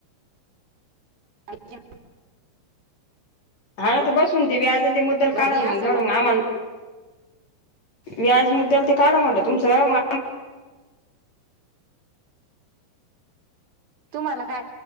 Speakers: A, on the right; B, on the left.
A: अच्छ
B: हा तर बसून देवी आज ते मुद्दल
A: भरले
B: काढा मग
A: असन
B: तेवढं मग आम्हाला व्याज मुद्द्याला ते काढा म्हटलं तुमचं
A: तुम्हाला काय?